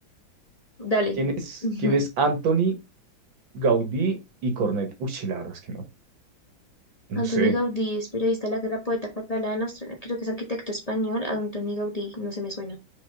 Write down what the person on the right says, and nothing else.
¿Quién es,
quién
es Anthony, Gaudí y Cornet? Uy, sí, la verdad es que no, no
sé.